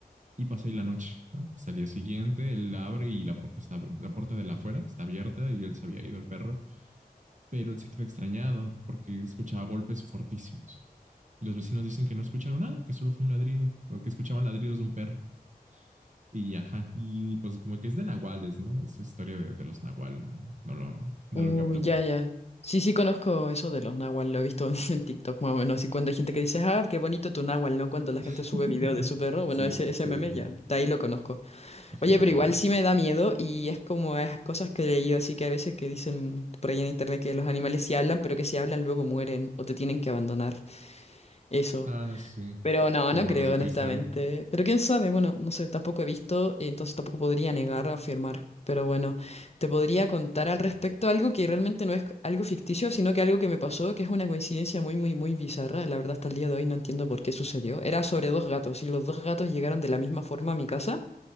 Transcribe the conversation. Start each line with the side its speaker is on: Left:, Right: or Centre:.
Right: Y pasa ahí la noche, ¿no? Hasta el día siguiente, él abre y la puerta, está, la puerta de la afuera está abierta y él se había ido el perro, pero él se queda extrañado porque escuchaba golpes fortísimos. Y los vecinos dicen que no escucharon nada, que solo fue un ladrido, o que escuchaban ladridos de un perro. Y ajá, y pues como que es de nahuales, ¿no? Es historia de, de los nahuales, ¿no? No lo, no
Left: Uh,
Right: lo capta
Left: ya,
Right: mucho.
Left: ya. Sí, sí conozco eso de los náhuatl, lo he visto <laughs> en TikTok más o menos. Y cuando hay gente que dice, ah, qué bonito tu náhuatl, ¿no? Cuando la
Right: <laughs>
Left: gente sube video de su perro, bueno,
Right: sí,
Left: ese, ese
Right: sí,
Left: meme ya, de ahí lo conozco.
Right: evidentemente.
Left: Oye, pero igual sí me da miedo y es como esas cosas que he leído así que a veces que dicen por ahí en internet que los animales sí hablan, pero que si hablan luego mueren o te tienen que abandonar. Eso.
Right: Ah, sí,
Left: Pero no,
Right: como
Left: no creo,
Right: los de
Left: honestamente.
Right: Toy Story.
Left: Pero quién sabe, bueno, no sé, tampoco he visto, y entonces tampoco podría negar o afirmar. Pero bueno, te podría contar al respecto algo que realmente no es algo ficticio, sino que algo que me pasó, que es una coincidencia muy, muy, muy bizarra. La verdad, hasta el día de hoy no entiendo por qué sucedió. Era sobre dos gatos, y los dos gatos llegaron de la misma forma a mi casa.